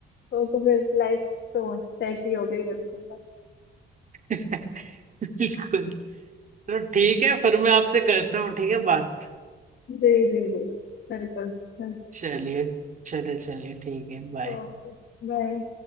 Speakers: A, on the left (about 60°); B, on the right (about 40°).
A: तो तो फिर लाइफ तो सेट ही हो गई बिल्कुल बस
B: <laughs> बिल्कुल तो ठीक है फिर मैं आपसे करता हूँ ठीक है बात
A: जी जी जी बिल्कुल बिल्कुल
B: चलिए चलिए चलिए ठीक है बाय
A: Okay bye